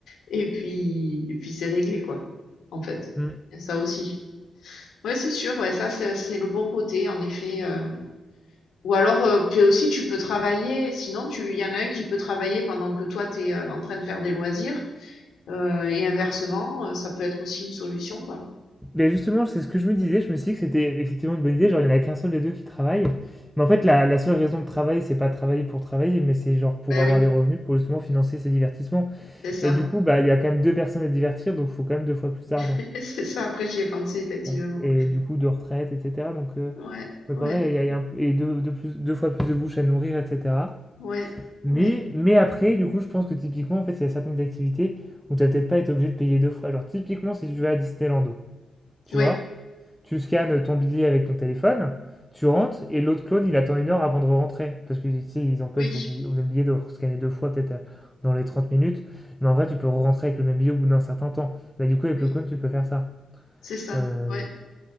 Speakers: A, on the left; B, in the centre.
A: et puis et puis c'est réglé, quoi, en fait.
B: Mm.
A: Et ça aussi. Ouais, c'est sûr, ouais, ça c'est c'est le bon côté, en effet. euh, Ou alors, heu, puis aussi tu peux travailler sinon tu il y en a un qui peut travailler pendant que toi tu es, en train de faire des loisirs, heu et inversement, heu, ça peut être aussi une solution, quoi.
B: Mais justement, c'est ce que je me disais, je me suis dit que c'était effectivement une bonne idée. Genre, il y en a qu'un seul des deux qui travaille. Mais en fait, la, la seule raison de travailler, c'est pas travailler pour travailler, mais c'est genre pour
A: ben
B: avoir
A: oui,
B: des revenus, pour justement financer ses divertissements.
A: c'est ça.
B: Et du coup, bah, il y a quand même deux personnes à divertir, donc il faut quand même deux fois plus d'argent.
A: <laughs> C'est ça, après j'y ai pensé effectivement.
B: Ouais. Et du coup, de retraite, etc. Donc. euh,
A: Ouais,
B: Mais
A: ouais,
B: pareil, il y a, il y a un- et deux, deux plus- deux fois plus de bouches à nourrir, etc.
A: ouais,
B: Mais,
A: ouais,
B: mais après, du coup, je pense que typiquement, en fait, il y a certaines activités où tu vas peut-être pas être obligé de payer deux fois. Genre, typiquement, si tu vas à Disneyland, tu
A: oui,
B: vois, tu scannes ton billet avec ton téléphone, tu rentres, et l'autre clone, il attend une heure avant de rentrer. Parce que, tu sais, ils empêchent
A: oui,
B: au, billet- au même billet de scanner deux fois, peut-être euh, dans les 30 minutes. Mais en vrai, tu peux rentrer avec le même billet au bout d'un certain temps. Bah, du coup, avec
A: oui,
B: le clone, tu peux faire ça.
A: c'est ça.
B: Euh,
A: Ouais,